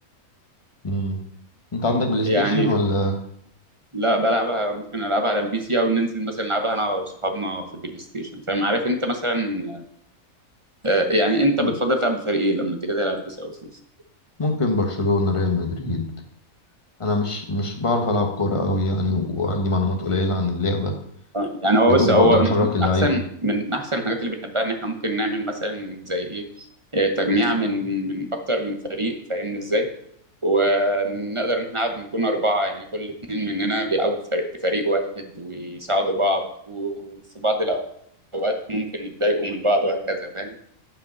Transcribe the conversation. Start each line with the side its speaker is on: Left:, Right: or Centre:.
Left: مم. انت عندك بلاي ستيشن
Right: يعني
Left: ولا
Right: لا بلعبها ممكن العبها على البي سي او ننزل مثلا نلعبها انا وصحابنا في البلاي ستيشن فاهم عارف انت مثلا آه، يعني انت
Left: مم.
Right: بتفضل تلعب بفريق ايه لما تيجي تلعب بيس او فيفا
Left: ممكن برشلونة ريال مدريد انا مش مش بعرف العب كورة قوي يعني وعندي معلومات قليلة عن اللعبة
Right: آه، يعني هو
Left: يا
Right: بس
Left: دوب
Right: هو
Left: بقدر احرك اللعيبة
Right: احسن من احسن الحاجات اللي بنحبها ان احنا ممكن نعمل مثلا زي ايه إيه، تجميع من من اكتر من فريق فاهمني ازاي ونقدر ان احنا نلعب نكون اربعه يعني كل اتنين مننا بيلعبوا بفريق بفريق واحد ويساعدوا بعض وفي بعض الاوقات ممكن يتضايقوا من بعض وهكذا فاهم